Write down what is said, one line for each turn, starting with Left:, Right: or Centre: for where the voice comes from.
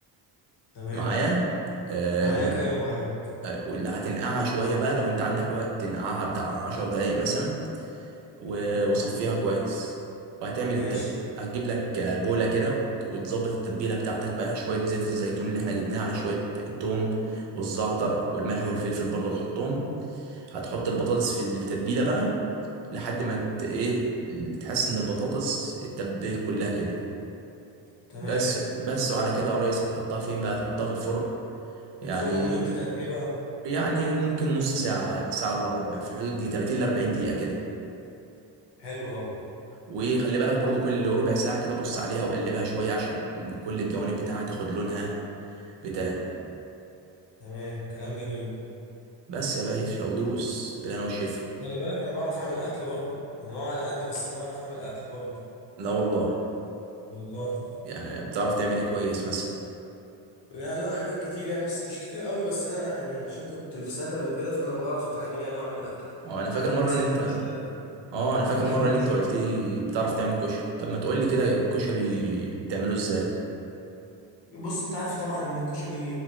Left: تمام
Right: معايا آه
Left: معاك
Right: ون...
Left: ايوه معاك
Right: آه، واللي هتنقعها شويه بقى لو انت عندك وقت تنقعها بتاع 10 دقايق مثلا و- وصفيها كويس وهتعمل
Left: ماشي
Right: التب هتجيب لك آه، بولة كده وت- وتظبط التتبيلة بتاعتك بقى شوية زيت الزيتون اللي احنا جبناه على شوية التوم والزعتر والملح والفلفل برضه تحطهم هتحط البطاطس في التتبيلة بقى لحد ما ت... ايه تحس ان البطاطس اتبلت كلها كده
Left: تمام
Right: بس بس وعلى كده يا ريس هتحطها فين بقى هتحطها في الفرن يعني
Left: في الفرن مدة قد ايه بقى
Right: يعني ممكن نص ساعة ساعة الا ربع في الحدود دي 30 ل 40 دقيقة كده
Left: حلو قوي
Right: وخلي بالك برضو كل ربع ساعة كده بص عليها وقلبها شوية عشان كل الجوانب بتاعها تاخد لونها بتاع
Left: تمام كلام جميل
Right: بس يا باشا ودوس بالهنا والشفا
Left: خلي بالك انا بعرف اعمل اكل برضه انا هو على قدي بس انا بعرف اعمل اكل برضه
Right: لا والله
Left: والله
Right: يعني بتعرف تعمل ايه كويس مثلا
Left: يعني لا حاجات كتير يعني بس مش كتير قوي بس انا يعني عشان كنت في سكن وكده فانا بعرف اتعامل يعني واعمل اكل
Right: اه انا فاكر
Left: عندك
Right: مرة
Left: مثلا
Right: ان انت
Left: الكشري
Right: اه انا فاكر
Left: انا بحب
Right: مرة
Left: الكشري
Right: ان انت قلت
Left: قوي
Right: لي بتعرف تعمل كشري طب ما تقول لي كده الكشري بتعمله ازاي
Left: بص انت عارف طبعا ان الكشري